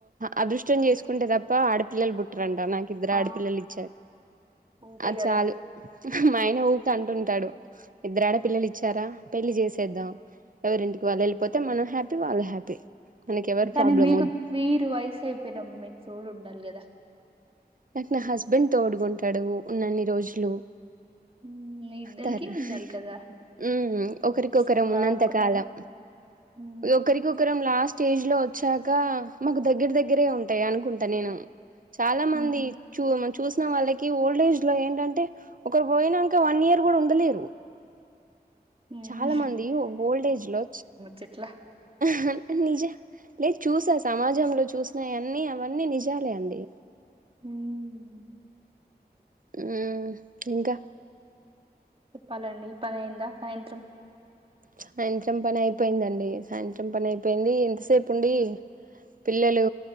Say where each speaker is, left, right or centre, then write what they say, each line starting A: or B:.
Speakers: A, on the right (about 55°); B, on the right (about 35°).
A: అదృష్టం చేసుకుంటే తప్ప ఆడపిల్లలు పుట్టరంట నాకు ఇద్దరు
B: ఆ
A: ఆడపిల్లలు ఇచ్చారు
B: అంతే
A: అది
B: కదా
A: చాలు మా ఆయన ఊరికనే అంటుంటాడు ఇద్దరు ఆడ పిల్లలు ఇచ్చారా పెళ్లి చేసేద్దాం ఎవరింటికి వాళ్లు వెళ్ళిపోతే మనం హ్యాపీ వాళ్లు హ్యాపీ మనకి ఎవరి
B: కానీ
A: ప్రాబ్లం
B: మీకు
A: వద్దు
B: మీరు వయసు అయిపోయిన అమ్మాయి కి తోడు ఉండాలి గదా
A: నాకు నా హస్బెండ్ తోడుగుంటాడు ఉన్నన్ని రోజులు
B: ఉమ్, మీ ఇద్దరికి
A: తరువాత
B: ఉండాలి
A: హా
B: కదా
A: హ్మ్ ఒకరికొకరు
B: ఒకానొక
A: ఉన్నంతకాలం
B: టైం ఉమ్,
A: ఒకరికొకరం లాస్ట్ స్టేజ్ లో వచ్చాక మాకు దగ్గర దగ్గరే ఉంటాయి అనుకుంటా నేను చాలా
B: హ్మ్
A: మంది చూ మనం చూసిన వాళ్ళకి ఓల్డ్ ఏజ్ లో ఏంటంటే ఒకరు పోయినాంకా వన్ ఇయర్ కూడా ఉండలేరు
B: ఉమ్.
A: చాలా మంది ఓల్డ్ ఏజ్ లో
B: చిట్లా
A: హా నిజం లేదు చూసా సమాజంలో చూసినవన్నీ అవన్నీ నిజాలే అండి
B: హ్మ్
A: హ్మ్ ఇంకా
B: చెప్పాలండి పని అయిందా సాయంత్రం
A: సాయంత్రం పని అయిపోయిందండి సాయంత్రం పని అయిపోయింది ఇంతసేపు ఉండి పిల్లలు